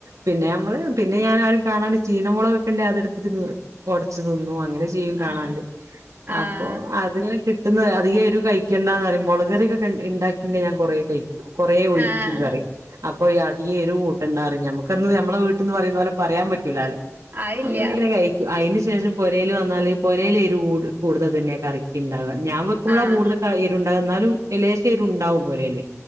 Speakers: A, on the right; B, on the right.
A: പിന്നെ നമ്മള് പിന്നെ ഞാന് ആരും കാണാണ്ട് ചീന മുളക്കൊക്കെ ഇണ്ടേ അതെടുത്ത്ട്ട് ഒടച്ച് തിന്നും അങ്ങനെ ചെയ്യും കാണാണ്ട്
B: ആഹ് ആഹ്
A: അപ്പൊ അത്ങ്ങനെ കിട്ടുന്നത് അധികം എരു കഴിക്കണ്ടാന്ന് പറയും മുളകറിയക്കെ ഇണ്ടാക്കി ഇണ്ടേ ഞാൻ കൊറേ കയിക്കും കൊറേ ഒയിക്കും
B: ആഹ്
A: കറി അപ്പൊ അധികം എരു കൂട്ടണ്ടാറിയും ഞമ്മക്കന്ന് ഞമ്മളെ വീട്ട്ന്ന് പറയുന്ന പോലെ പറയാൻ പറ്റൂലാലോ
B: അതില്ല
A: അത്‌ പിന്നെ ഇങ്ങനെ കഴിക്കും അയിന്റെ ശേഷം പൊരേൽ വന്നാല് പോരേല് എരു കൂടു കൂടുതൽ തന്നെ കറിക്കിണ്ടാവ ഞാന് വെ ക്കുമ്പളാ
B: ആഹ്
A: കൂടുതൽ എരുണ്ടാവ ഇന്നാലും ലേശം എരുണ്ടാവും പൊരേല്